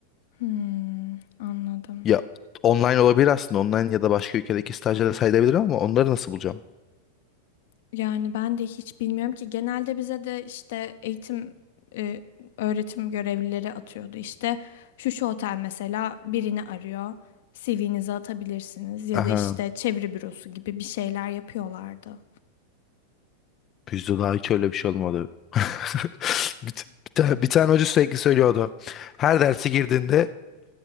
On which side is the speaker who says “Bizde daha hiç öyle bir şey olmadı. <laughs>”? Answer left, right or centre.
Left